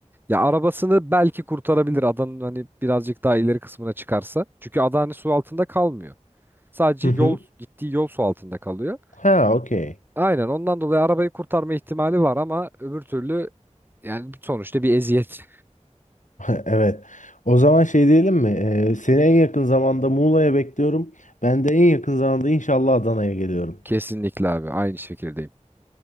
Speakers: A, on the right (about 15°); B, on the left (about 85°).
A: Ya arabasını belki kurtarabilir adanın hani birazcık daha ileri kısmına çıkarsa. Çünkü ada hani su altında kalmıyor. Sadece
B: Hı hı.
A: yol gittiği yol su altında kalıyor.
B: Ha okey.
A: Aynen ondan dolayı arabayı kurtarma ihtimali var ama öbür türlü yani sonuçta bir eziyet.
B: <laughs> Evet. O zaman şey diyelim mi? Ee, seni en yakın zamanda Muğla'ya bekliyorum. Ben de en yakın zamanda inşallah Adana'ya geliyorum.
A: <laughs> Kesinlikle abi aynı şekilde.